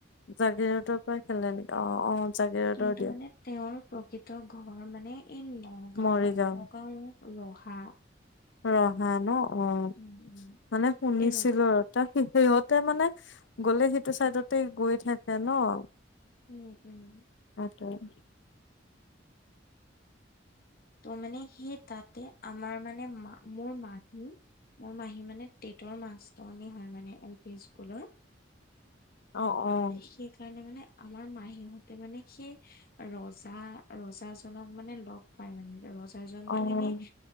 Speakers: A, on the left; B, on the left.
A: জাগীৰোডৰ পৰা খেলে নেকি? অ', অ'। জাগিৰোডৰ
B: কিন্তু
A: দিয়া,
B: মানে তেওঁৰ প্ৰকৃত ঘৰ মানে এই নগাঁও,
A: মৰিগাঁও।
B: নগাঁও ৰহা।
A: ৰহা ন'? অ',
B: উম উম
A: মানে শুনিছিলো
B: এই
A: ৰতা সি সিহঁতে মানে গ'লে সেইটো চাইডতে গৈ থাকে ন'।
B: উম, উম।
A: ত'
B: ত' মানে সেই তাতে আমাৰ মানে মা মোৰ মাহী, মোৰ মাহী মানে টেটৰ মাষ্টৰণী হয় মানে এল পি স্কুলৰ।
A: অ', অ',
B: সেইকাৰণে মানে আমাৰ মাহীহতে মানে সেই ৰজা ৰজা জনক মানে লগ পাই মানে ৰজ জনটো
A: অ',
B: এনে